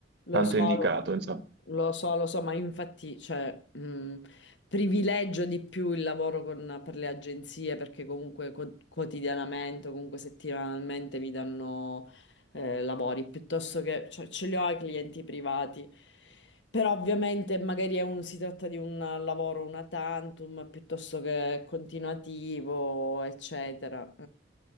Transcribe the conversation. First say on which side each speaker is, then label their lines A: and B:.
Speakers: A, on the left; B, on the right.
A: Lo
B: tanto
A: so,
B: indicato, insomma.
A: Lo so, lo so, ma infatti, cioè, mh, privilegio di più il lavoro con- per le agenzie perché comunque co- quotidianamente, o comunque settimanalmente mi danno eh, lavori piuttosto che, cioè, ce li ho ai clienti privati. Però ovviamente magari è un- si tratta di un lavoro una tantum piuttosto che continuativo, eccetera.